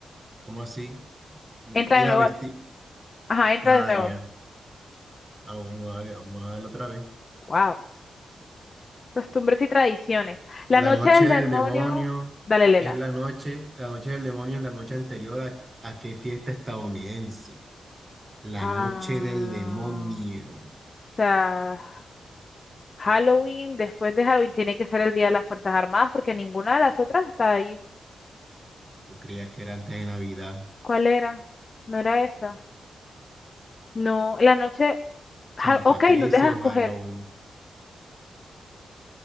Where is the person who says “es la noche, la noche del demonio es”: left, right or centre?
Right